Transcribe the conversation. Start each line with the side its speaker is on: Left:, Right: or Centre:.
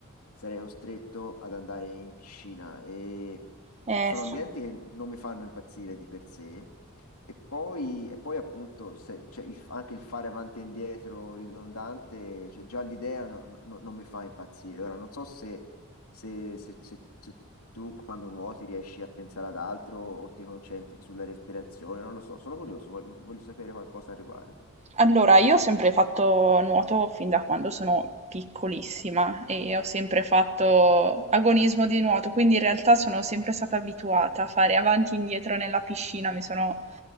Left: sarei costretto ad andare in piscina e
Right: Eh
Left: sono
Right: sì.
Left: ambienti che non mi fanno impazzire di per sé e poi, e poi appunto se- cioè, il- anche il fare avanti e indietro ridondante, cioè, già l'idea no- no- no, non mi fa impazzire. Ora non so se, se- se- se- se tu quando nuoti riesci a pensare ad altro o ti concentri sulla respirazione, non lo so, sono curioso, voglio, voglio sapere qualcosa al riguardo.
Right: Allora, io ho sempre fatto nuoto fin da quando sono piccolissima e ho sempre fatto agonismo di nuoto, quindi in realtà sono sempre stata abituata a fare avanti e indietro nella piscina, mi sono,